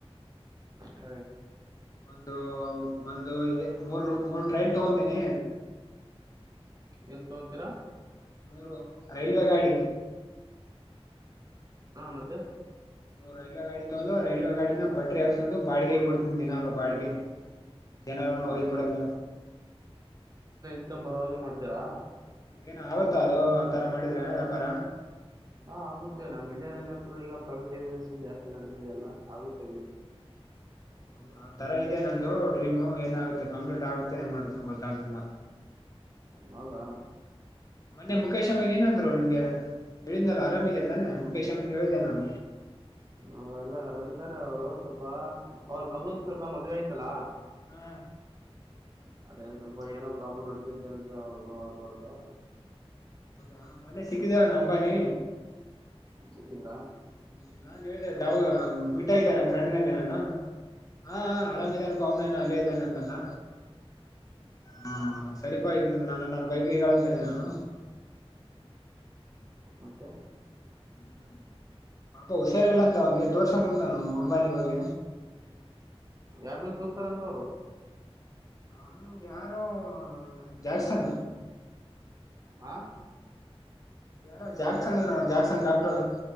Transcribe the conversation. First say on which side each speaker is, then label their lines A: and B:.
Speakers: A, on the right; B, on the left.
A: ಹ್ಮ
B: ಒಂದು ಒಂದು ಮೂರ್ ಮೂರ್ ಟ್ರೈನ್ ತಗೊಂಡೀನಿ
A: ಎ ತೊತೀರಾ
B: ಮೂರು ರೈಲ್ವೆ ಗಾಡಿ
A: ಹಾ ಮತ್ತೆ
B: ನೋವು ರೈಲ್ವೆ ಗಾಡಿ ತಗೊಂಡ್ ರೈಲ್ವೆ ಗಾಡಿನ ಪಟರಿ ಹಾಕಂದು ಬಾಡಿಗೆ ಬಿಡ್ ತು ದಿನ ಎಲ್ಲ ಬಾಡಿಗೆ ದಿನಲ್ಲಾನ
A: ಬಾಡಿಗೆ
B: ಹಯ್ದ್ ಬಿಡಲ್ಲ
A: ಚಕ್ಕಂಬರವಾಗಿೆ ಮಾಡ್ತೀರಾ
B: ಏನ ಆಗುತ್ತಾ ಅದು ಆ ತರ ಮಾಡಿದ್ರೆ ವ್ಯಾಪಾರ
A: ಹಾ ಆಗುತ್ತೆ ನಮ್ ಇಂಡ್ಯಾದಲ್ಲಿ ಅಂದ್ರು ಈಗ ಪ್ರವಿಟ ಜಾಸ್ತಿ ನಡೆದಿದೆ ಅಲ್ಲ ಆಗುತ್ತೆ ಬಿಡಿ
B: ಹೌದ ಆ ತರ ಇದೆ ನಂದು ಡ್ರೀಮು ಏನಾಗುತ್ತೆ ಕಂಪ್ಲೀಟ್ ಆಗುತ್ತೆ ಏನ್ ಮಾಡುತ್ತೆ ಗೊತ್ತಾಗ್ತಿಲ್ಲಾ
A: ಹೌದಾ
B: ಮೊನ್ನೆ ಮುಖೇಶ್ ಅಮ್ಮೀನ್ ಏನಂದ್ರು ನಿಮ್ಗೆ ಹೇಳಿಂದಲ್ಲ ಆರಾಮಿದೆ ತಾನೆ ಮುಖೇಶ್ ಅಮ್ಮೀನ್ ಹೇಳಿದೆೆ ನಾನು
A: ಅವ ಎಲ್ಲಾರ ಆರಾಮ ಇದಿದ್ದಾರೆ ಅವರು ಸ್ವಲ್ಪ ಅವ್ರ ಮಗುಂದು ಸ್ವಲ್ಪ ಮದ್ೆ ಆಯ್ತಲ್ಲಾ
B: ಹ್ಮ
A: ಅದೇ ಸ್ವಲ್ಪ ಏನೋ ಪ್ರಾಬ್ಲಮ್ ನಡತಿದೆೆ ಅಂತ ಅವೋರ್್ದ
B: ಹ ಮತ್ತೆ ಸಿಕ್ಕಿದವ ಅಂಬಾನಿ
A: ಸಿಕ್ಕಿದ್ರಾ
B: ಹ್ಮ ನಾನ್ ಹೇಳಿದೆ ಮಿಟ ಇದ್ದ ನ ಫ್ರೆಂಡ್ ಗಂಡಾನ ಹಾ ಆರಾಮ ಇದಾನೆ ಬಾವನಾನ ಅಲ್ಲೇ ಇದ್ದಾನೆ ಅಂತಲ್ಲ ಹಾ ಸರಿಪಾತ ನಾನು ನಾನು ಬೈಕೈ ಕಳಂನೆ ನಾನು
A: ಮತ್ತೆ
B: ಹ್ಮ್ ಪಾಪ ಹುಷಾರಲ್ಲ ಅಂತ ಅವನ್ಗೆ ಎತ್ ವರ್ಷಗಂತ ನಮ ಅಂಬಾನಿಿಗೆ ಹೋಗಿ
A: ಆಗ ತೋ ಸ್ಸರ ಅಂತ ಅವರ
B: ಹ ಯಾರು ಜಾಕ್ಸನ್
A: ಹಾ
B: ಯಾರ ಜಾಕ್ಸನ್ ಏನೋ ಜಾಕ್ಸನ್ ಡಾಕ್ಟರ್